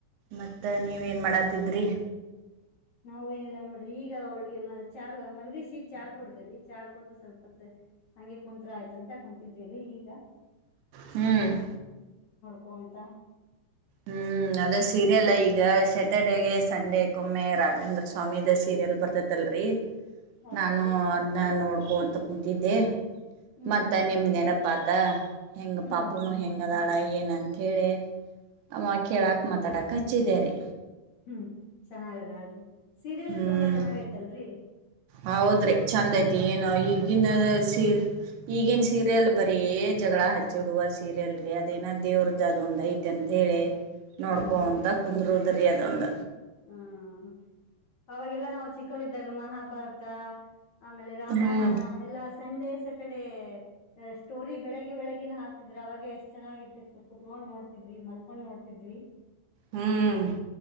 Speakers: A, on the right (about 80°); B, on the left (about 55°).
A: ಮತ್ತ ನೀವ ಏನ್ ಮಾಡಾತಿದ್ರಿ
B: ನಾವು ಏನಿಲ್ಲ ನೋಡ್ರಿ ಈಗ ಅವಳಿಗೆ ಮ ಚ ಮಲ್ಗಸಿ ಚಾ ಕುಡ್ದ್ರರಿ ಚಾ ಕುಡ್ದ್ರ ಸ್ವಲ್ಪತ್. ಹಂಗೆ ಕುಂತ್ರ ಆಯತ ಅಂತ ಕುಂತೆ. ಇದ್ವಿರಿ ಈಗ
A: ಹ್ಮ್
B: ಕುಂತ
A: ಹ್ಮ್ ಅದ ಸೀರಿಯಲ್ ಈಗ ಸ್ಯಾಟರ್ಡಗೆ ಸಂಡೆಕ್ಕಮ್ಮೆ ರಾಘವೇಂದ್ರ ಸ್ವಾಮಿ ದ ಸೀರಿಯಲ್ ಬರ್ತತ್ಲ್ರರಿ.
B: ಹೌದ್ರಿ
A: ನಾನು ಅದನ್ನ ನೋಡ. ನೋಡ್ಕೊಂತ ಕುಂತಿದ್ದೆ
B: ಹ್ಮ್
A: ಮತ್ತ ನಿಮ್ ನೆನಪಾ ಆಯ್ತು ಹೆಂಗ
B: ಹ್ಮ್
A: ಪಾಪುನು ಹೆಂಗ ಅದಾಳ ಏನ ಅಂಂತ ಹೇಳಿ ಅವ
B: ಹ್ಮ್ ಹ್ಮ್.
A: ಕೇಳಾಕ್ ಮಾತಾಡಾಕ್. ಹಚ್ಚಿದೇರೆ
B: ಹ್ಮ್ ಚೆನ್ನಾಗದ ಅದು ಸೀರೆಯಾಲೂ
A: ಹ್ಮ್
B: ತುಂಬಾ ಚೆನ್ನಾಗೈತಲ್ರರಿ.
A: ಹೌದ್ರಿ ಚಂದ ಐತಿ
B: ರಾಘವೇಂದ್ರ
A: ಏನೋ
B: ಸ್ವಾಮಿ
A: ಈಗಿನ ಸೀರಿಯಲ್. ಈಗನ್ ಸೀರಿಯಲ್ ಬರೀ ಜಗಳ ಹಚ್ಚಿಡುವ ಸೀರಿಯಲ್ ರರಿ ಅದೇನ ದೇವ್ರದ್ದ ಅದ ಒಂದ್ ಐತೆ ಅಂತ. ಹೇಳಿ. ನೋಡ್ಕೊಂತ
B: ಹ ರೀ
A: ಕುಂದ್ರೋದ. ಬರಿ ಅದೊಂದ.
B: ಹ್ಮ ಅವಾಗೆಲ್ಲ ನಾವು ಚಿಕ್ಕವರಿದ್ದಾಗ ಮಹಾಭಾರತ. ಆಮೇಲೆ ರಾಮಾಯಣ
A: ಹ್ಮ್
B: ಎಲ್ಲಾ ಸಂಡೇ ಸ್ಯಾಟರ್ಡೇ. ಸ್ಟೋರಿ ಬೆಳಿಗ್ಗೆ ಬೆಳಗ್ಗಿನ ಹಾಕತ್ತಿದ್ರ ಅವಾಗೆ ಎಷ್ಟ ಚೆನ್ನಾಗಿರ್ತಿತ್ತು. ಕುಂತಕೊಂಡ ನೋತಿದ್ವಿ ಮಲ್ಕೊಂಡ ನೋಡ್ತೀವಿ. ಇದ್ವಿ.
A: ಹ್ಮ್